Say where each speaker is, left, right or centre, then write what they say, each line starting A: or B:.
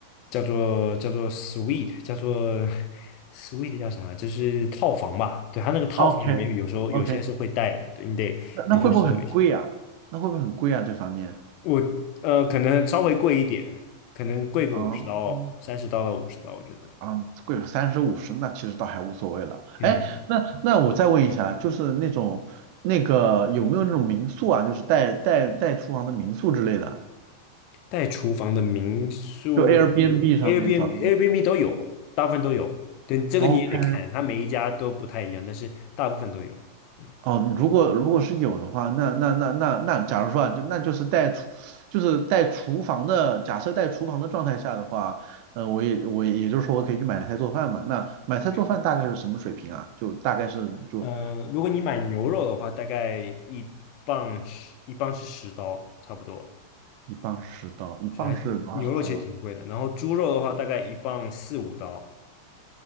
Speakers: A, on the left; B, on the right.
A: 叫做叫做 s w e e t 叫做 <laughs> s w e e t 叫啥？就是套房吧。对，它那个套房里面有时候有些是会带的，
B: ？OK OK，
A: 对，你得得去搜一下。
B: 那那会不会很贵啊？那会不会很贵啊？这房间？
A: 我呃，可能稍微贵一点，可能贵个五十刀、
B: 哦。
A: 三十刀到五十刀，我觉得。
B: 嗯，贵个三十五十那其实倒还无所谓了。
A: 嗯，
B: 哎，那那我再问一下，就是那种那个有没有那种民宿啊，就是带带带厨房的民宿之类的，
A: 带厨房的民宿
B: 就 Airbnb 上面找的那种。
A: ，Airbnb、Airbnb 都有，大部分都有。对，这个你也得看，
B: OK，
A: 它每一家都不太一样，但是大部分都有。嗯。
B: 哦，如果如果是有的话，那那那那那，假如说啊，就那就是带厨，就是带厨房的，假设带厨房的状态下的话，呃，我也我也也就是说我可以去买菜做饭嘛。那买菜做饭大概是什么水平啊？
A: 对。
B: 就大概是就
A: 嗯，如果你买牛肉的话，大概一磅是一磅是十刀，差不多，
B: 一磅是到一磅是多少？
A: 所以还呃牛肉其实挺贵的。
B: 呃
A: 然后猪肉的话，大概一磅四五刀，